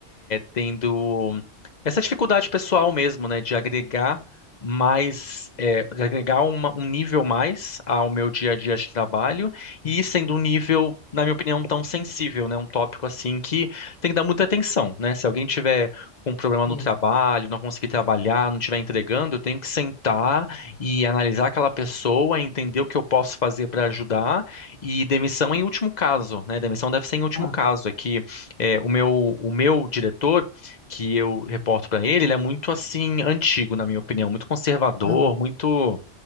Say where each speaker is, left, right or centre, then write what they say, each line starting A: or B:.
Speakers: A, on the left; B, on the left.
A: tendo. Essa dificuldade pessoal mesmo, né, de agregar mais, é, de agregar uma- um nível mais ao meu dia a dia de trabalho e sendo um nível, na minha opinião, tão sensível, né, um tópico assim que tem que dar muita atenção, né? Se alguém tiver um problema
B: Sim,
A: no trabalho, não conseguir trabalhar, não estiver entregando, eu tenho que sentar e analisar aquela pessoa, entender o que eu posso fazer para ajudar e demissão em último caso, né? Demissão deve ser em último
B: claro.
A: caso, é que é, o meu, o meu diretor que eu reporto pra ele, ele é muito assim antigo, na minha opinião, muito conservador,
B: Aham,
A: muito